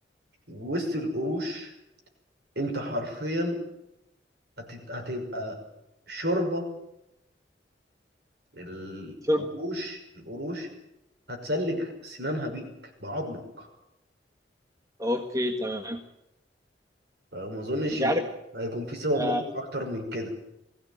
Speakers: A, on the right; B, on the right.
A: وسط القروش انت حرفيا هت- هتبقى شوربة القروش
B: شرب
A: القروش هتسلك سنانها بيك بعضمك
B: اوكي تمام
A: فما اظنش
B: مش
A: ان
B: عارف
A: هيكون في سبب
B: آه،
A: مقنع اكتر من كده